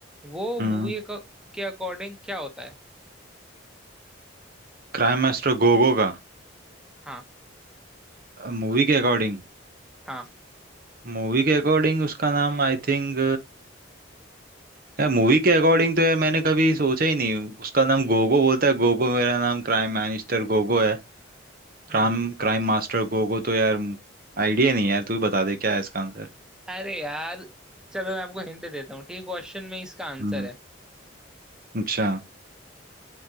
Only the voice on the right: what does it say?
हम्म
क्राइम मास्टर गोगो का
मूवी के अकॉर्डिंग
मूवी के अकॉर्डिंग उसका नाम आई थिंक यार मूवी के अकॉर्डिंग तो यार मैंने कभी सोचा ही नहीं उसका नाम गोगो बोलता है गोगो मेरा नाम क्राइम मिनिस्टर गोगो है क्राइम
क्राइम मास्टर गोगो तो यार आइडिया नहीं है यार तू ही बता दे क्या है इसका आंसर
हम्म
अच्छा